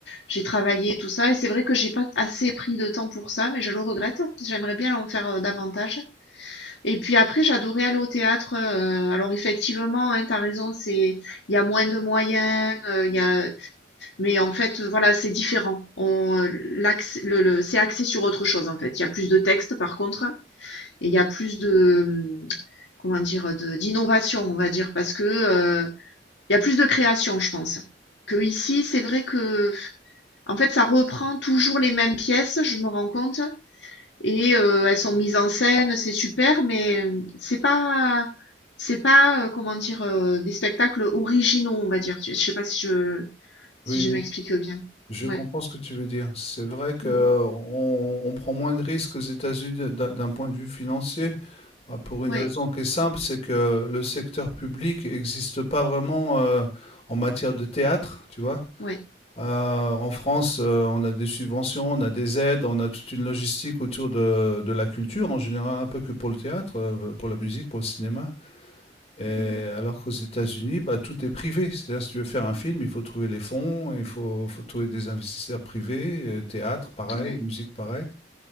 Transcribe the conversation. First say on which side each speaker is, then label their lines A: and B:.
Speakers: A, on the left (about 80°); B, on the left (about 35°).
A: j'ai travaillé tout ça et c'est vrai que j'ai pas assez pris de temps pour ça mais je le regrette. J'aimerais bien en faire euh, davantage. Et puis après j'adorais aller au théâtre. euh, alors effectivement, hein, t'as raison, c'est il y a moins de moyens, euh, il y a mais en fait euh, voilà c'est différent. On euh, l'accès- le, le- c'est axé sur autre chose en fait. Il y a plus de textes par contre et il y a plus de hum, comment dire de d'innovation on va dire parce que euh, il y a plus de création, je pense. Que ici, c'est vrai que, en fait, ça reprend toujours les mêmes pièces, je me rends compte. Et euh, elles sont mises en scène, c'est super, mais euh, c'est pas, c'est pas, euh, comment dire, euh, des spectacles originaux, on va dire. Tu- Je sais pas si je, si
B: Oui,
A: je
B: oui.
A: m'explique bien.
B: Je
A: Ouais,
B: comprends ce que tu veux dire. C'est vrai qu'on
A: Mm.
B: on on prend moins de risques aux États-Unis d'un d'un point de vue financier. Bah, Pour une
A: ouais,
B: raison qui est simple, c'est que le secteur public n'existe pas vraiment euh, en matière de théâtre, tu vois.
A: ouais,
B: Euh, en France, euh, on a des subventions, on a des aides, on a toute une logistique autour de, de la culture, en général un peu que pour le théâtre, euh, pour la musique, pour le cinéma. Et
A: Mm.
B: alors qu'aux États-Unis, bah, tout est privé. C'est-à-dire, si tu veux faire un film, il faut trouver les fonds, il faut, faut trouver des investisseurs privés, euh, théâtre, pareil,
A: ouais.
B: musique, pareil.